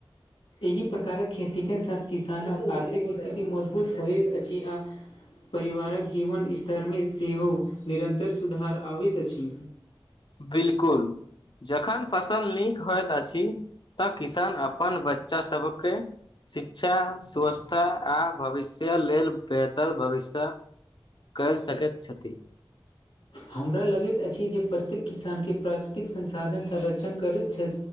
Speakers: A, on the left; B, on the left.
A: एहि प्रकारक खेतीके सँ किसानक आर्थिक स्थिति मजबूत होइत अछि आ परिवारक जीवन स्तरमे सेहो निरन्तर सुधार आबैत अछि।
B: बिल्कुल जखन फसल नीक होइत अछि तऽ किसान अपन बच्चा सबकेँ शिक्षा स्वस्थता आ भविष्य लेल बेहतर भविष्य कयल सके छथि।
A: हमरा लगैत अछि जे प्रत्येक किसान केँ प्राकृतिक संसाधन संरक्षण करैत छैय